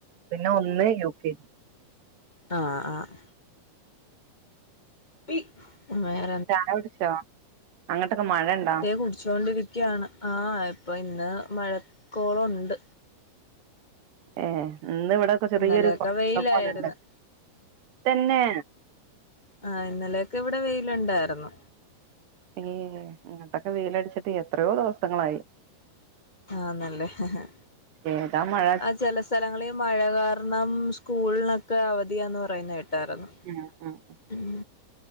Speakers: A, on the right (about 85°); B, on the left (about 15°).
A: പിന്നെ ഒന്ന് യു കെ ജി
B: ആഹ് ആഹ് <unintelligible>
A: ചായകുടിച്ചോ അങ്ങോട്ടൊക്കെ മഴ ഉണ്ടോ
B: കുടിച്ചുകൊണ്ടിരിക്യണ് ആ ഇപ്പൊ ഇന്ന് മഴക്കോളുണ്ട്
A: ഏ ഇന്ന് ഇവിടെക്കെ ചെറിയൊരു
B: ഇന്നലെയൊക്കെ
A: കോ
B: വെയിലായിരുന്നു
A: പോലണ്ട് തന്നെ
B: ആഹ് ഇന്നലെയൊക്കെ ഇവിടെ വെയിലുണ്ടായിരുന്നു
A: ഏ ഇങ്ങട്ടക്കെ വെയി ലടിച്ചിട്ട് എത്രയോ ദിവസങ്ങളായി
B: ആണല്ലേ ഹേ ഹേ
A: ഏതാ മഴ
B: ആ ചെല സലങ്ങളിൽ മഴ കാരണം സ്കൂളിനൊക്കെ അവധിയാപറയുന്ന്കേട്ടായിരുന്നു
A: ആഹ് ആഹ് ആഹ്
B: ഉം